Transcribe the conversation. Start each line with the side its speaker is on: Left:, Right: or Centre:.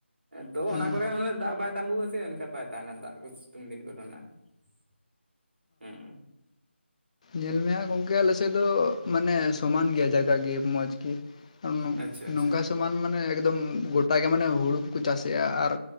Right: ᱛᱚ
Left: ᱦᱩᱸ
Right: ᱚᱱᱟ ᱠᱚᱨᱮ ᱩᱱᱟᱹᱜ ᱫᱟᱜ ᱵᱟᱭ ᱛᱟᱢᱵᱩᱜᱼᱟ ᱥᱮ ᱮᱱᱠᱷᱟᱱ ᱵᱟᱭ ᱛᱟᱦᱮᱱᱟ ᱫᱟᱜ ᱠᱚ ᱥᱤᱛᱩᱝ ᱫᱤᱱ ᱠᱚᱫᱚ ᱱᱟᱜ ᱾ ᱦᱩᱸ
Left: ᱧᱮᱞ ᱢᱮᱦᱟᱸᱜ ᱜᱚᱢᱠᱮ ᱟᱞᱮ ᱥᱮᱫ ᱫᱚ ᱢᱟᱱᱮ ᱥᱚᱢᱟᱱ ᱜᱮᱭᱟ ᱡᱟᱭᱜᱟ ᱜᱮ ᱢᱚᱸᱡᱽ ᱜᱮ᱾ ᱱᱚ
Right: ᱟᱪᱪᱷᱟ ᱟᱪᱪᱷᱟ
Left: ᱱᱚᱝᱠᱟ ᱥᱚᱢᱟᱱ ᱢᱟᱱᱮ ᱮᱠᱫᱚᱢ ᱜᱚᱴᱟ ᱜᱮ ᱢᱟᱱᱮ ᱦᱩᱲᱩ ᱠᱚᱠᱚ ᱪᱟᱥᱮᱜᱼᱟ ᱟᱨ